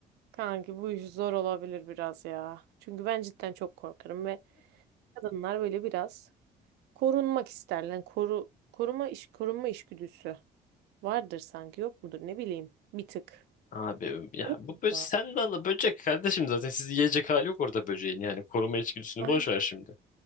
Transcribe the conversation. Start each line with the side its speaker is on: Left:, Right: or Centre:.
Right: Kanki bu iş zor olabilir biraz ya. Çünkü ben cidden çok korkarım ve kadınlar böyle biraz korunmak isterler. Yani koru koruma iş korunma işgüdüsü vardır sanki yok mudur ne bileyim bir tık.
Left: Abi ya
Right: Yok
Left: bu
Right: mudur
Left: böcek sen
Right: abi?
Left: de al böcek kardeşim zaten sizi yiyecek hali yok orada böceğin yani koruma içgüdüsünü
Right: Aynen.
Left: boş ver şimdi.